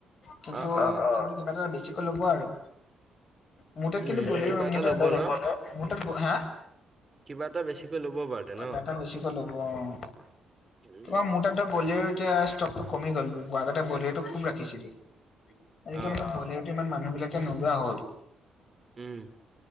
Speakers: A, on the left; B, on the right.
A: কিন্তু
B: অ অ
A: কিবা এটা বেছিকৈ ল'ব আৰু, মোৰ তাত
B: উম
A: বলেৰু,
B: কিবা
A: মোৰ
B: এটা
A: তাত
B: ল'ব
A: বলেৰু
B: ন
A: কিন্তু মোৰ তাত হা
B: কিবা এটা বেছিকৈ ল'ব বাৰুতে
A: কিবা
B: ন
A: এটা বেছিকৈ ল'ব অঁ,
B: উম
A: তোমাৰ মোৰ তাত এতিয়া বলেৰো এতিয়া ষ্টক টো কমি গ'ল আগতে বলেৱোটো খুব ৰাখিছিলে। আজি
B: অ
A: কালি মানে বলেৱো টো ইমান মানুহ বিলাকে নোলোৱা হ'ল।
B: উম।